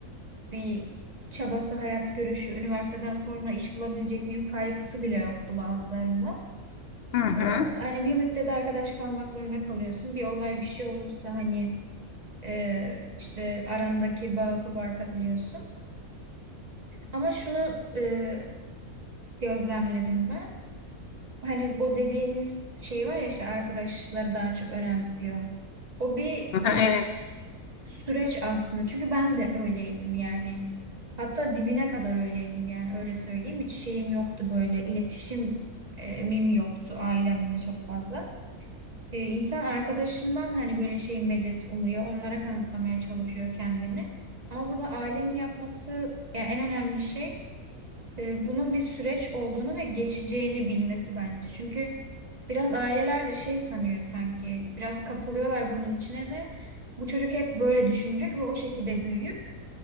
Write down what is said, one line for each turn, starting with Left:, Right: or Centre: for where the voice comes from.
Right: bir çabası, hayat görüşü, üniversiteden sonra iş bulabilecek miyim kaygısı bile yoktu bazılarında.
Left: Hı hı.
Right: Ee, hani bir müddet arkadaş kalmak zorunda kalıyorsun. Bir olay bir şey olursa hani e, işte arandaki bağı kopartabiliyorsun. Ama şunu e, gözlemledim ben. Hani o dediğiniz şey var ya işte arkadaşları daha çok önemsiyor. O bir
Left: Hı hı.
Right: e,
Left: Evet.
Right: sü- süreç aslında. Çünkü ben de öyleydim yani. Hatta dibine kadar öyleydim yani öyle söyleyeyim. Hiç şeyim yoktu böyle iletişim e, mimi yoktu ailemle çok fazla. E, insan arkadaşından hani böyle şey medet umuyor. Onlara kanıtlamaya çalışıyor kendini. Ama burada ailenin yapması yani en önemli şey e, bunun bir süreç olduğunu ve geçeceğini bilmesi bence. Çünkü biraz aileler de şey sanıyor sanki, biraz kapılıyorlar bunun içine ve bu çocuk hep böyle düşünecek ve o şekilde büyüyüp